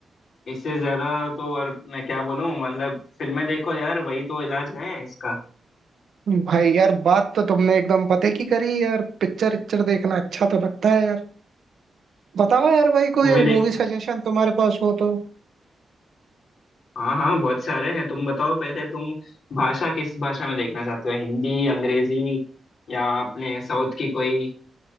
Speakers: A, on the left; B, on the right.
A: इससे ज्यादा तो और मैं क्या बोलूं मतलब फिल्में देखो यार वही तो इलाज है इसका
B: भाई यार बात तो तुमने एकदम पते की करी यार पिक्चर इच्चर देखना अच्छा तो लगता है यार बताओ यार भाई कोई
A: मूवी
B: मूवी
A: देख
B: सजेशन तुम्हारे पास हो तो
A: हाँ हाँ बहुत सारे हैं तुम बताओ पहले तुम भाषा किस भाषा में देखना चाहते हो हिंदी अंग्रेजी या अपने साउथ की कोई